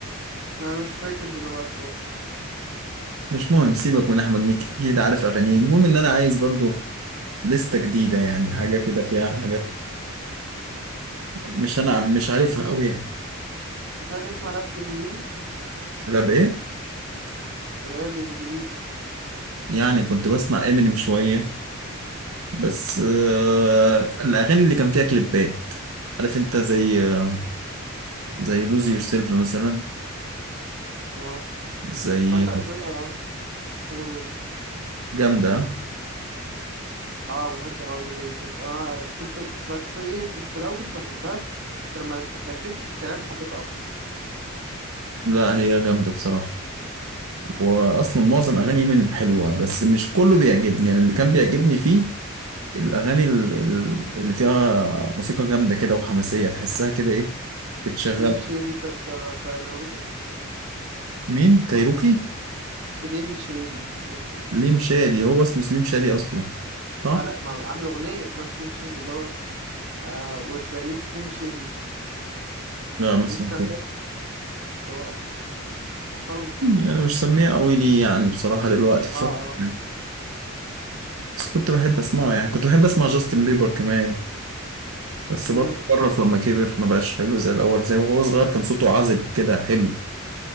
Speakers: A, on the right (about 60°); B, on the right (about 80°).
A: ما أنا مش فاكر دلوقتي برضه
B: مش مهم سيبك من احمد مكي اكيد عارف اغانيه المهم ان انا عايز برضو لستة جديدة يعني حاجة كده فيها حاجات مش انا مش عارفها قوي يعني
A: أنت بتسمع راب إنجليزي؟
B: راب ايه
A: راب إنجليزي
B: يعني كنت بسمع امينيم شوية بس آه الاغاني اللي كان فيها كليبات عارف انت زي آه، زي لوز يور سيلف مثلا
A: أه
B: زي
A: اتفرجت على الفيلم أه قول قول.
B: جامدة
A: اه بحب اه لوز يوسف انا كنت بس ايه كنت في الاول كنت بحبها بس لما رك- ركزت في الكلام حبيتها اكتر
B: لا هي جامدة بصراحة واصلا معظم اغاني امينيم حلوة بس مش كله بيعجبني يعني اللي كان بيعجبني فيه الأغاني ال- ال- اللي فيها موسيقى جامدة كده وحماسية تحسها كده إيه بتشغل
A: سليم شادي كانت بتاع عربيتك
B: مين كايروكي
A: سليم شادي سليم شادي
B: ليم شادي هو اسمه سليم شادي أصلا صح؟
A: اه لا ما عامل اغنيه اسمها سليم شادي اللي هو آه وير ذا ريل سليم شادي
B: لا ما اسمه
A: بليز ستاند اب اللي هو اشهرهم
B: يعني مش سميه قوي لي يعني بصراحة دلوقتي الفترة
A: اه اه
B: بس كنت بحب أسمعه يعني كنت بحب أسمع جاستن بيبر كمان بس
A: امم
B: برضه قرف لما كبر ما بقاش حلو زي الأول زي وهو صغير كان صوته عذب كده حلو